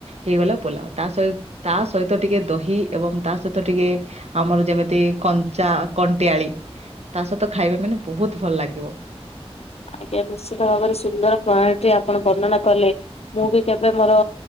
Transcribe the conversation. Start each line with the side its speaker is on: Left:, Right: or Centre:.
Right: ହେଇଗଲା ପୋଲାଉ ତା ସହି ତା ସହିତ ଟିକେ ଦହି ଏବଂ ତା ସହିତ ଟିକେ ଆମର ଯେମିତି କଞ୍ଚା କଣ୍ଟିଆଳି ତା ସହିତ ଖାଇବେ ମାନେ ବୋହୁତ୍ ଭଲ ଲାଗିବ।
Left: ଆଜ୍ଞା ନିଶ୍ଚିତ ଭାବରେ ସୁନ୍ଦର ପ୍ରଣାଳୀ ଟି ଆପଣ ବର୍ଣ୍ଣନା କଲେ। ମୁଁ ବି କେବେ ମୋର